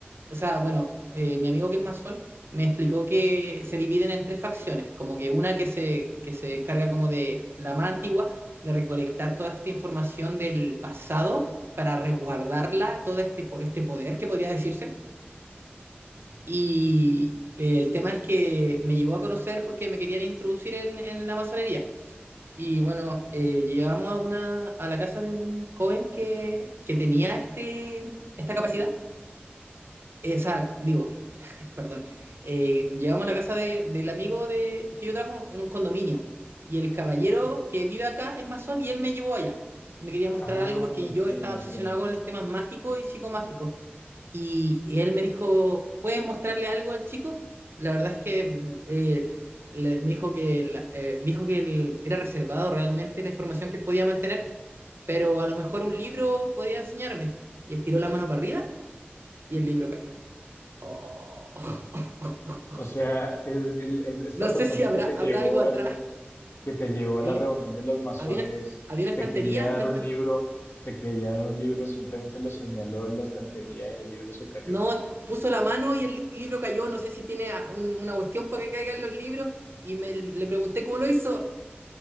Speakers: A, on the right; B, on the left.
A: o sea, bueno, eh, mi amigo que es masón me explicó que se dividen en tres facciones, como que una que se, que se encarga como de la más antigua, de recolectar toda esta información del pasado para resguardarla, todo este, po- este poder que podría decirse. Y eh, el tema es que me llevó a conocer porque me querían introducir en, en la masonería. Y bueno, eh, llegamos a, una, a la casa de un joven que, que tenía este, esta capacidad, esa, digo, perdón, eh, llegamos a la casa de- del amigo de, que yo trabajo en un condominio. Y el caballero que vive acá es masón y él me llevó allá. Me quería mostrar
B: Ah,
A: algo porque
B: ok,
A: yo
B: ya
A: estaba obsesionado
B: entiendo.
A: con los temas mágicos y psicomágicos. Y, y él me dijo, ¿puedes mostrarle algo al chico? La verdad es que mm, eh, le- me dijo que, la- eh, dijo que él era reservado realmente la información que él podía mantener, pero a lo mejor un libro podía enseñarme. Y estiró la mano para arriba y el libro cayó. Oh. <laughs>
B: O sea, el- el- el- esta
A: No
B: persona
A: sé si habrá,
B: que te llevó
A: habrá algo atrás.
B: al, que te llevó a
A: El-
B: la reunión de los masones,
A: había, una, había una
B: te
A: estantería,
B: quería dar
A: una estan-
B: un libro, te quería dar un libro, simplemente lo señaló en la estantería y el libro se cayó.
A: no, puso la mano y el libro cayó. No sé si tiene a- un- una cuestión para que caigan los libros. Y me, le pregunté cómo lo hizo.